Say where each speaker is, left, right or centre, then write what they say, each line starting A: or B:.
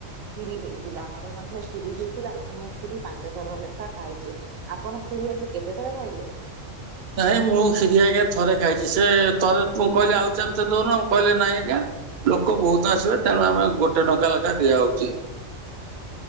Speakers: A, on the right (about 85°); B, on the right (about 50°).
A: ଖିରି ହେଇଥିଲା ଆମର ମଧ୍ୟ୍ୟ ଖିରି ହେଇଥିଲା ଆଉ ମୁଁ ଖିରି ପାଞ୍ଚ ଥର ଲେଖା ଖାଇଛି। ଆପଣ ଖିରି ଆଜି କେତେଥର ଖାଇଲେ?
B: ନାଇଁ ମୁଁ କ୍ଷୀରି ଆଜ୍ଞା ଥରେ ଖାଇଛି ସେ ଥରେ କହିଲେ ଆଉ ଚାମୁଚେ ଦଉନ କହିଲେ ନାଇଁ ଆଜ୍ଞା। ଲୋକ ବହୁତ ଆସିବେ ତେଣୁ ଆମେ ଗୋଟେ ଟଙ୍କା ଲେଖାଏ ଦିଆହଉଛି।